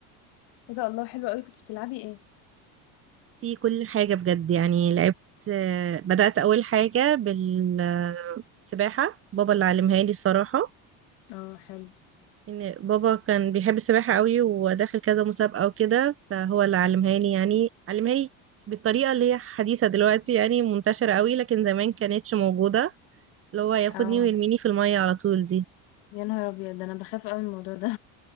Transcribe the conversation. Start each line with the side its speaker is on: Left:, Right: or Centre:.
Left: ايه ده الله حلو قوي كنت بتلعبي ايه
Right: في كل حاجة بجد يعني لعبت بدأت أول حاجة بالسباحة بابا اللي علمها لي الصراحة
Left: اه حلو
Right: ان بابا كان بيحب السباحة قوي وداخل كذا مسابقة وكده فهو اللي علمها لي يعني علمها لي بالطريقة اللي هي حديثة دلوقتي يعني منتشرة قوي لكن زمان كانتش موجودة اللي هو ياخدني
Left: اه
Right: ويرميني في المية على طول دي
Left: يا نهار ابيض ده انا بخاف قوي من الموضوع ده